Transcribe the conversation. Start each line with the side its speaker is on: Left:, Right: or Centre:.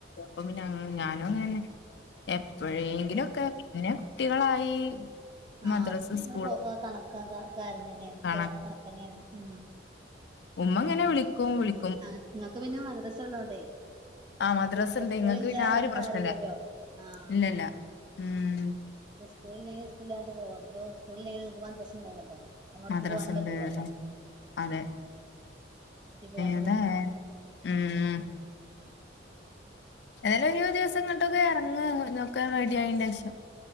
Left: അപ്പ പിന്നെ ഞാനും
Right: ആഹ്
Left: അങ്ങനെ തന്നെ. എപ്പോഴെങ്കിലുമൊക്കെ
Right: ആഹ്
Left: പിന്നെ കുട്ടികളായി. മദ്രസ്
Right: ആഹ് പിന്നെ നമ്മളെ
Left: സ്കൂള്
Right: പോക്കൊക്കെ കണക്കാ കാ കാരം തന്നെയാ ഇപ്പൊ
Left: കാണാൻ
Right: കണക്കാ തന്നെയാണ് ഉം.
Left: ഉമ്മ അങ്ങനെ വിളിക്കും വിളി
Right: ആഹ് ഇങ്ങക്ക് പിന്നെ മദ്രസ ഉള്ളോണ്ടേ.
Left: ആഹ്
Right: അപ്പ
Left: മദ്രസ
Right: പിന്നെ
Left: ഉണ്ട്
Right: സ്കൂളില്ലാന്ന്
Left: ഇങ്ങക്ക് പിന്നെ
Right: പറഞ്ഞിട്ട്
Left: ആ ഒരു പ്രശ്നല്ല
Right: കാര്യയില്ലല്ലോ ആഹ്.
Left: ഇല്ലല്ല ഉം
Right: ആഹ് അപ്പൊ സ്കൂളില്ലെങ്കിൽ സ്കൂളിൽ അങ്ങട്ട് പോവാ, അതിപ്പോ സ്കൂളില്ലെങ്കിൽ ഇങ്ങക്ക് മദ്രസ ഉണ്ടാവുല്ലോ. അങ്ങടേക്ക്
Left: മദ്രസ
Right: പോവാനും
Left: ഉണ്ട്
Right: പറ്റൂല്ലല്ലോ,
Left: അതെ അതെ
Right: ഉം അങ്ങടേക്ക് പോവാനും
Left: ഏതാ
Right: പറ്റൂ പറ്റില്ല
Left: ഉം ഏതായാലും ഒരു ദിവസം ഇങ്ങോട്ടൊക്കെ ഇറങ്ങ് ഒക്കെ റെഡിയായി ശേഷം.